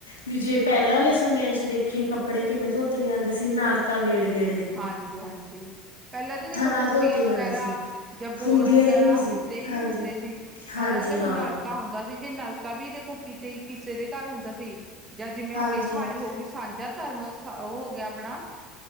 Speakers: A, on the left (about 85°); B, on the right (about 25°).
A: ਵੀਜੇ ਪਹਿਲਾਂ ਵਾਲੇ ਸਮਿਆਂ 'ਚ ਦੇਖੀਏ ਕੱਪੜੇ ਕਿਵੇਂ ਧੋਤੇ ਜਾਂਦੇ ਸੀ, ਨਲਕਾ ਗੇੜ ਗੇੜਦੇ
B: ਹਾਂਜੀ- ਹਾਂਜੀ ਪਹਿਲਾਂ ਤਾਂ ਦੇਖੋ
A: ਨਾਲ
B: ਟੂਟੀਆਂ
A: ਧੋਤੇ
B: ਵਗੈਰਾ
A: ਜਾਂਦੇ ਸੀ
B: ਜਾਂ ਬੋਰ
A: ਹੁੰਦੀਆਂ
B: ਵਗੈਰਾ
A: ਹੀ ਨਹੀਂ
B: ਆਹ
A: ਸੀ
B: ਕੀ ਤੇਹੀ ਨਹੀਂ
A: ਹਾਂਜੀ
B: ਹੁੰਦੇ ਸੀ ਪਹਿਲਾਂ
A: ਹਾਂਜੀ
B: ਤਾਂ ਦੇਖੋ
A: ਹਾਂ
B: ਨਲਕਾ ਹੁੰਦਾ ਸੀ, ਜੇ ਨਲਕਾ ਵੀ ਦੇਖੋ ਕਿਤੇ ਕਿਸੀ ਦੇ ਘਰ ਹੁੰਦਾ ਸੀ ਜਾਂ ਜਿਵੇਂ
A: ਹਾਂਜੀ
B: ਆਪਣੀ ਥਾਈ
A: ਹਾਂ
B: ਹੋ ਗਈ ਸਾਂਝਾ ਧਰਮ ਸ ਉਹ ਹੋ ਗਿਆ ਆਪਣਾ